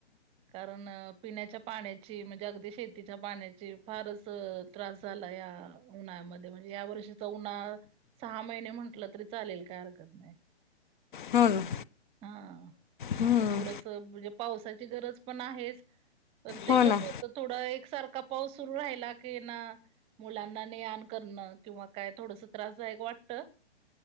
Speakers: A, on the right; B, on the left.
A: कारण पिण्याच्या पाण्याची म्हणजे अगदी शेतीच्या पाण्याची फारच च त्रास झाला या उन्हाळ्यामध्ये म्हणजे या वर्षीचा उन्हाळा सहा महिने म्हटलं तरी चालेल काय हरकत नाही.
B: हो ना.
A: हा. त्यामुळ
B: हं,
A: थोडस म्हणजे पावसाची गरज पण आहेच. पण ते
B: हो
A: कसं
B: ना
A: होत थोडा एकसारखा पाऊस सुरू राहिला की ना मुलांना ने - आण करणं किंवा काय थोडस त्रासदायक वाटत